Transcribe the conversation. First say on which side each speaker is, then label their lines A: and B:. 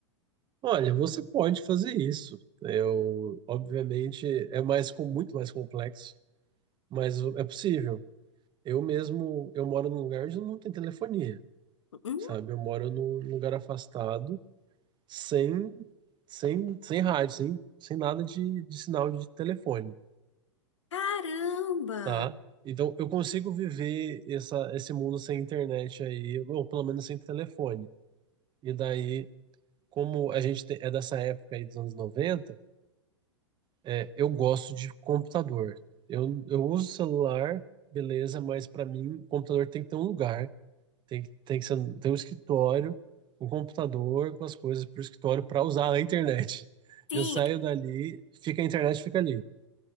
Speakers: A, on the right; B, on the left.
A: olha, você pode fazer isso. Eu, obviamente, é mais com muito mais complexo, mas é possível. Eu mesmo, eu moro num lugar onde não tem telefonia,
B: Hum,
A: sabe? Eu moro num lugar afastado, sem sem sem rádio, sem sem nada de, de sinal de telefone.
B: caramba!
A: Tá? Então eu consigo viver essa, esse mundo sem internet aí, ou pelo menos sem telefone. E daí, como a gente te- é dessa época aí dos anos noventa é, eu gosto de computador. Eu, eu uso celular, beleza, mas para mim, computador tem que ter um lugar, tem, que- tem que ser, tem um escritório, um computador com as coisas para o escritório para usar a internet.
B: Sim,
A: Eu saio dali, fica a internet, fica ali,